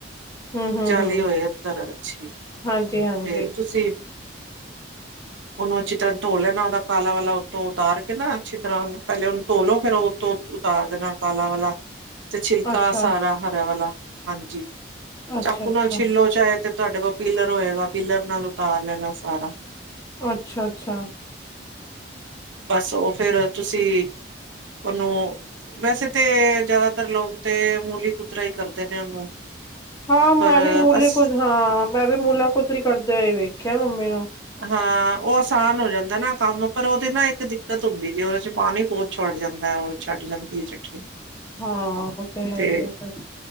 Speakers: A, on the left; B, on the right.
A: ਹੂੰ-ਹੂੰ-ਹੂੰ
B: ਜਾਲੀ ਹੋਏ ਅੰਦਰ ਅੱਛੀ,
A: ਹਾਂਜੀ-ਹਾਂਜੀ
B: ਤੇ ਤੁਸੀਂ। <unintelligible> ਉਹਨੂੰ ਅੱਛੀ ਤਰਾਂ ਧੋ ਲੈਣਾ ਉਹਦਾ ਕਾਲਾ ਵਾਲਾ ਉੱਤੋ ਉਤਾਰ ਕੇ ਨਾ ਅੱਛੀ ਤਰਾਂ ਪਹਿਲੇ ਉਹਨੂੰ ਧੋਲੋ ਫਿਰ ਉਹ। ਧੋ ਕੇ ਉਤਾਰ। ਉਹਦੇ ਨਾਲ ਕਾਲਾ ਵਾਲਾ ਤੇ ਛਿਲਕਾ
A: ਅੱਛਾ,
B: ਸਾਰਾ ਹਰ ਵਾਲਾ ਹਾਂਜੀ।
A: ਅੱਛਾ-ਅੱਛਾ,
B: ਚਾਕੂ ਨਾਲ ਛਿੱਲੋ ਚਾਹੇ ਤੇ ਤੁਹਾਡੇ ਕੋਲ ਪੀਲਰ ਹੋਏਗਾ ਪੀਲਰ ਨਾਲ ਉਤਾਰ ਲੈਣਾ ਸਾਰਾ।
A: ਅੱਛਾ - ਅੱਛਾ
B: ਬਸ ਉਹ ਫਿਰ ਤੁਸੀਂ ਉਹਨੂੰ। ਵੈਸੇ ਤੇ ਜ਼ਿਆਦਾਤਰ ਲੋਕ ਤੇ, ਮੂਲੀ ਕੁੂਤਰਾ ਹੀ ਕਰਦੇ ਨੇ ਉਹਨੂੰ।
A: ਹਾਂ ਮੈਂ
B: ਪਰ
A: ਵੀ ਮੂਲੀ
B: ਅਸ
A: ਕੁਤ ਹਾਂ, ਮੈਂ ਵੀ ਮੂਲਾ ਕੁਤਰਾ ਕਰਦੇ ਹੋਏ ਵੇਖਿਆ ਮੰਮੀ ਨੂੰ।
B: ਹਾਂ ਉਹ ਆਸਾਨ ਹੋ ਜਾਂਦਾ ਨਾ, ਕੰਮ ਪਰ ਉਹਦੇ ਨਾ ਇੱਕ ਦਿੱਕਤ ਹੁੰਦੀ ਜੇ ਉਹਦੇ ਚ ਪਾਣੀ ਬਹੁਤ। ਛੱਡ ਜਾਂਦਾ ਉਹ ਛੱਡ ਜਾਂਦੀ ਹੈ ਚਟਨੀ।
A: ਹਾਂ ਉਹ ਤਾਂ ਹੈ
B: ਤੇ
A: ਹੀ ਹ ਫਿਰ।